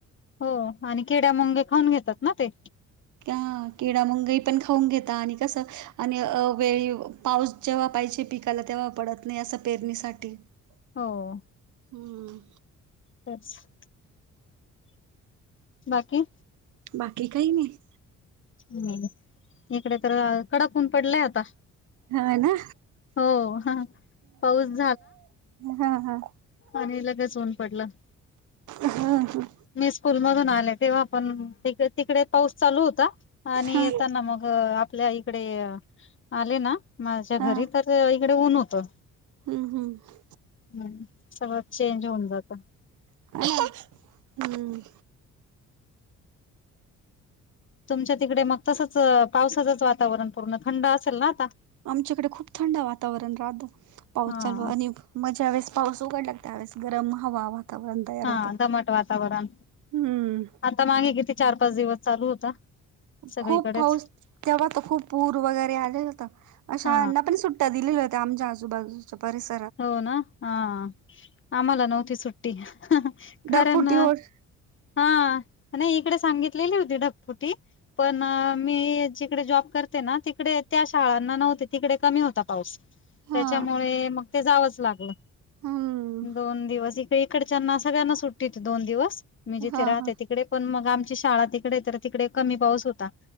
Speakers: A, on the left; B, on the right.
A: हो, आणि किड्या मुंगे खाऊन घेतात ना ते.
B: हां, किडा मुंगी पण खाऊन घेता, आणि कसं आणि अवेळी पाऊस जेव्हा पाहिजे पिकाला, तेव्हा पडत नाही असं पेरणीसाठी. <unintelligible>
A: हो,
B: हम्म,
A: बस. बाकी?
B: बाकी काही नाही
A: हम्म्म, इकडे तर कडक ऊन पडलंय आता.
B: होय ना,
A: हो पाऊस
B: हा हा.
A: आणी लगेच ऊन पडलं.
B: हा हा.
A: मी स्कूल मधून आले, तेव्हा पण त तिकडे पाऊस चालू होता, आणि
B: हा
A: येताना मग आपल्या इकडे आले ना, माझ्या घरी,
B: हा
A: तर इकडे ऊन होतं.
B: हम्म हम्म
A: हम्म,, सगळं चेंज होऊन जातं.
B: ह <unintelligible> हम्म.
A: तुमच्या तिकडे मग तसंच पावसाचंच वातावरण पूर्ण थंड असेल ना आता.
B: आमच्याकडे खूप थंड वातावरण राहतं. पाऊस
A: हा
B: चालू आणि म ज्यावेळेस पाऊस उघडला त्या त्यावेळेस गरम हवा वातावरण तयार
A: हा
B: होतं.
A: दमट वातावरण
B: हम्म
A: आता मागे किती चार पाच दिवस चालू होता. सगळीकडेच
B: खूप पाऊस तेव्हा खूप पूर वगैरे आलेल होता अ शाळाना
A: हा
B: पण सुट ट्टया दिल्या होत्या आमच्या आजूबाजूच्या परिस्थ
A: हो ना हा आम्हाला नव्हती सुट्टी कारण
B: ढगफुटी होत
A: हा नाही इकडे सांगितलेली होती ढगफुटी पण मी जिकडे जॉब करते ना तिकडे त्या शाळांना नव्हते तिकडे कमी होता पाऊस.
B: हा
A: त्याच्यामुळे मग ते जावंच लागलं
B: हम्म.
A: दोन दिवस इकडच्यांना सगळ्यांना सुट्टी होती दोन दिवस मी जिथे
B: हा
A: राहते
B: हा
A: तिकडे. पण मग आमची शाळा तिकडे तर तिकडे कमी पाऊस होता.